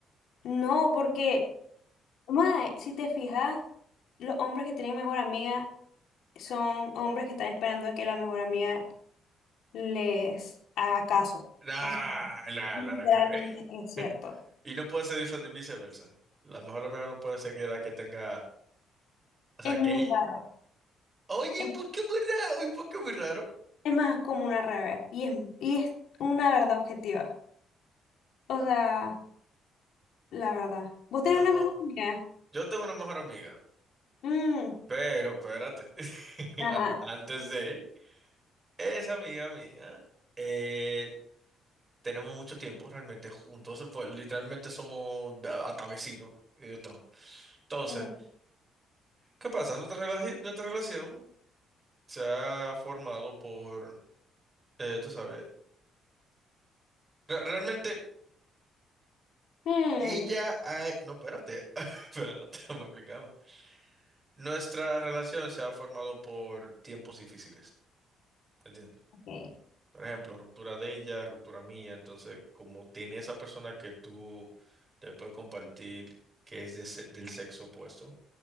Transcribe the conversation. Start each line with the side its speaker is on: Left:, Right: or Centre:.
Left: no, porque, mae, si te fijas, los hombres que tienen mejor amiga son hombres que están esperando a que la mejor amiga les haga caso.
Right: Nah,
Left: O sea,
Right: nah,
Left: literalmente
Right: nada que ver.
Left: es cierto.
Right: <laughs> Y no puede ser vice- viceversa. La mejor amiga no puede ser que la que tenga, o sea,
Left: Es
Right: que
Left: muy
Right: ella-
Left: raro.
Right: Oye,
Left: Es,
Right: ¿por qué muy raro? ¿Y por qué muy raro?
Left: es más como una revés. Y es, y es una verdad objetiva. O sea. la verdad. Vos
Right: No,
Left: tenés una mejor amiga.
Right: yo tengo una mejor amiga,
Left: Mm,
Right: pero espérate, <laughs>
Left: Ajá.
Right: an- antes de esa amiga mía, eh, tenemos mucho tiempo realmente juntos, pues literalmente somos a- hasta vecinos y de todo. Entonces,
Left: Mm,
Right: ¿qué pasa? Nuestra, relaci- nuestra relación se ha formado por, eh, tú sabes, re- realmente
Left: mm,
Right: ella, ha- no, espérate, <laughs> espérate, me explicarme. Nuestra relación se ha formado por tiempos difíciles. ¿Entiendes?
Left: ok.
Right: Por ejemplo, ruptura de ella, ruptura mía. Entonces, como tiene esa persona que tú te puedes compartir, que es de se- del sexo opuesto,